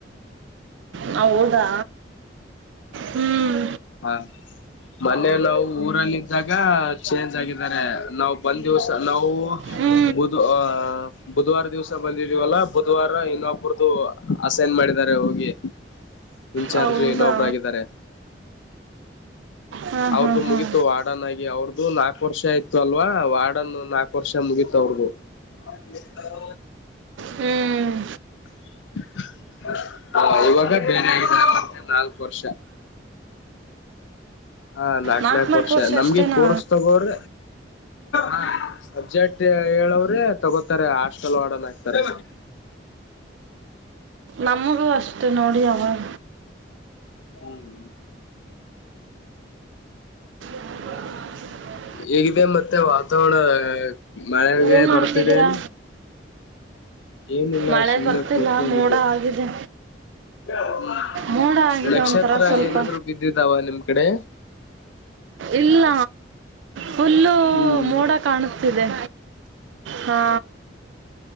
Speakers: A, on the right (about 75°); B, on the left (about 80°).
A: ಹ ಹೌದಾ ಹ್ಮ್
B: ಹಾ ಮನ್ನೆ ನಾವು ಊರಲ್ಲಿ ಇದ್ದಾಗ ಚೇಂಜ್ ಆಗಿದಿದ್ದಾರೆ ನಾವವು ಬಂದ್ ದಿವ್ಸ ನಾವು
A: ಹ್ಞೂ
B: ಹೌದು ಆ ಬುಧವಾರ ದಿವ್ಸ ಬಂದಿದೀವಲ್ಲ ಬುಧವಾರ ಇನ್ನೊಬ್ಬರದು ಅಸೈನ್ ಮಾಡಿದಿದ್ದಾರೆ ಹೋಗಿ ಇನ್ನು ಚಾರ್ಜ್
A: ಹೌದಾ
B: ಇನ್ನೊಬ್ರು ಆಗಿದ್ದಾರೆ
A: ಹಾಂ
B: ಅವ್ರ್ದು
A: ಹಾಂ
B: ಮುಗೀತು
A: ಹಾಂ
B: ಆ ವಾರ್ಡನ್ ಆಗಿ ಅವ್ರದದುು ನಾಕಕ್ ವರ್ಷ ಆಯ್ತ ಅಲ್ವ ವಾರ್ಡನ್ ನಾಕಕ್ ವರ್ಷ ಮುಗೀತ ಅವ್ರದುು ಹ
A: ಹ್ಮ್
B: <inaudible> ಹ ಇವಾಗ ಬೇರೆ ಆ ಮತ್ತೆ ನಾಲ್ಕು ವರ್ಷ ಹಾ ನಾಕ್
A: ನಾಲ್ಕು
B: ನಾಕ
A: ನಾಲ್ಕು
B: ವರ್ಷ ನಮ್ಗೆ
A: ಅಷ್ಟೇನಾ
B: ಪೋರ್ಸ್ ತಗೋರ ಹಾ ಸಬ್ಜೆಕ್ಟ್ ಹೇಳವ್ರೆ ತಗೋತಾರೆ ಹಾಸ್ಟೆಲ್ ಆಡಲ್ ಹಾಕ್ತಾರೆ
A: ನಮಗೂ ಅಷ್ಟು ನೋಡಿ ಅವಾಗ
B: ಹ್ಮ್
A: ಹ
B: ಹೇಗಿದೆ ಮತ್ತೆ ವಾತಾವರಣ ಮಳೆಗೆ ಗಿಳೆ
A: ಏನು ಮಾಡ್ತಿದ್ದೀರಾ
B: ಬರ್ತಿದೆ ಏನು ಏನಿಲ್ಲ
A: ಮಳೆ
B: ಸುಮ್ಮ್ನೆ
A: ಬರ್ತಿಲ್ಲ
B: ಕೂತ್ಕೊಂಡಿದ್ದೆ
A: ಮೋಡ ಆಗಿದೆ
B: ಹ
A: ಮೋಡ ಆಗಿದೆ
B: ನಕ್ಷತ್ರ
A: ಒಂಥರ ಸ್ವಲ್ಪ
B: ಏನಾದ್ರು ಬಿದ್ದಿದ್ದಾವ ನಿಮ್ ಕಡೆ
A: ಇಲ್ಲ ಫುಲ್ಲು
B: ಹ್ಮ್
A: ಮೋಡ ಕಾಣತಿದೆ ಹಾ